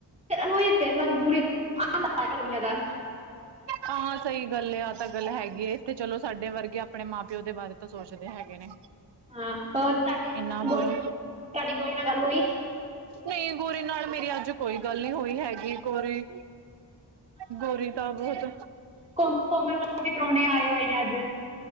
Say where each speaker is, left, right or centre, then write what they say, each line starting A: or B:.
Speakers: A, on the right; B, on the right.
A: ਉਹੀ ਤੇ ਬਸ ਬੁਰੀ ਆ ਗਰਮੀਆਂ ਦਾ,
B: ਹਾਂ ਸਹੀ ਗੱਲ ਐ ਆਹ ਤਾਂ ਗੱਲ ਹੈਗੀ ਏ ਇਥੇ ਚਲੋ ਸਾਡੇ ਵਰਗੇ ਆਪਣੇ ਮਾਂ ਪਿਓ ਦੇ ਬਾਰੇ ਤਾਂ ਸੋਚਦੇ ਹੈਗੇ ਨੇ।
A: ਹਾਂ ਹੋਰ ਤੁਹਾਡੀ
B: ਇੰਨਾ
A: ਗੋ
B: ਬੁਰਾ
A: ਤੁਹਾਡੀ ਗੋਰੀ ਨਾਲ ਗੱਲ ਹੋਈ,
B: ਨਹੀਂ ਗੋਰੀ ਨਾਲ ਮੇਰੀ ਅੱਜ ਕੋਈ ਗੱਲ ਨੀ ਹੋਈ ਹੈਗੀ ਗੋਰੀ ਗੋਰੀ ਤਾਂ ਬਹੁਤ
A: ਕੋ-ਕੋਮਲ ਘਰ ਵੀ ਪ੍ਰਾਹੁਣੇ ਆਏ ਹੋਏ ਨੇ ਅੱਜ,